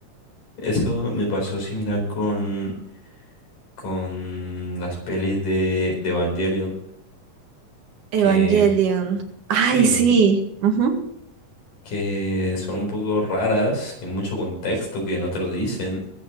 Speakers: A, on the left; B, on the right.
A: eso me pasó similar con con las pelis de, de Evangelion,
B: Evangelion.
A: que
B: Ay,
A: sí,
B: sí. ujú.
A: que son un poco raras, hay mucho contexto que no te lo dicen